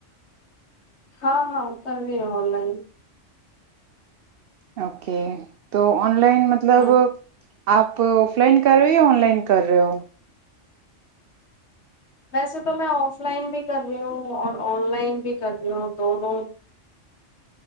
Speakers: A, on the left; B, on the right.
A: ہاں ہاں کر رہے ہیں آن لائن
B: اوکے ک تو آن لائن مطلب
A: ہ
B: آپ آف لائن کر رہے ہو یا آن لائن کر رہے ہو
A: ویسے تو میں آف لائن بھی کر رہی ہوں اور آن لائن بھی کر رہی ہوں دونوں